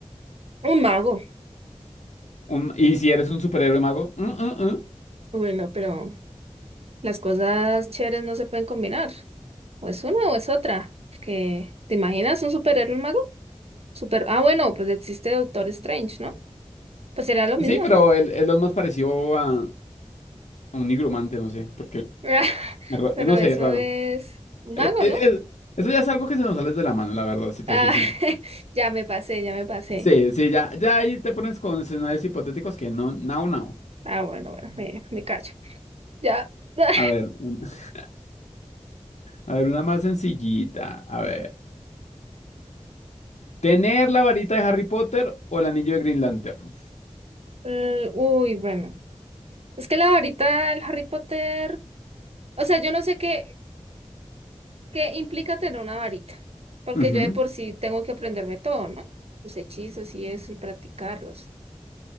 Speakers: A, on the right (about 60°); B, on the left (about 75°).
A: Un mago.
B: Un- y si eres un superhéroe mago, Mm, mm, mm.
A: Bueno, pero las cosas chéveres no se pueden combinar. O es una o es otra. Que, ¿te imaginas un superhéroe, un mago? Super, ah, bueno, pues existe Doctor Strange, ¿no? Pues será lo mismo,
B: Sí, pero
A: ¿no?
B: él, él es más parecido a, a un nigromante, no sé, porque,
A: <laughs>
B: es ra-
A: Pero
B: no sé,
A: eso
B: es raro.
A: es un
B: Es-
A: mago,
B: es-
A: ¿no?
B: es- eso ya es algo que se nos sale de la mano, la verdad, si te
A: Ah,
B: soy sincero.
A: <laughs> ya me pasé, ya me pasé.
B: Sí, sí, ya, ya ahí te pones con escenarios hipotéticos que no, no, no.
A: Ah, bueno, bueno, me, me callo. Ya. <laughs>
B: A ver, un- <laughs> a ver, una más sencillita. A ver, ¿tener la varita de Harry Potter o el anillo de Green Lantern?
A: Eh, uy, bueno. Es que la varita del Harry Potter. O sea, yo no sé qué, qué implica tener una varita. Porque
B: Ujú,
A: yo de por sí tengo que aprenderme todo, ¿no? Los hechizos y eso y practicarlos.